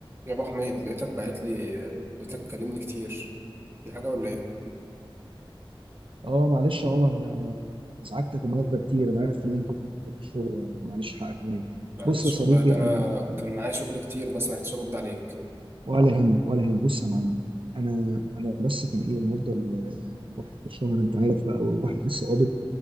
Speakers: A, on the right; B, on the right.
A: يا ابو حميد لقيتك باعت لي لقيتك بتكلمني كتير في حاجه ولا ايه
B: اه معلش يا عمر أنا ازعجتك النهارده كتير انا عارف ان انت كنت في الشغل معلش حقك عليا
A: معلش
B: بص يا صديقي
A: والله ده انا
B: انا م-
A: كان معايا شغل كتير بس ما عرفتش ارد عليك
B: ولا يهمك ولا يهمك بص يا معلم انا انا بس كان ايه النهارده ال- الواحد في الشهر انت عارف بقى والواحد لسه قابض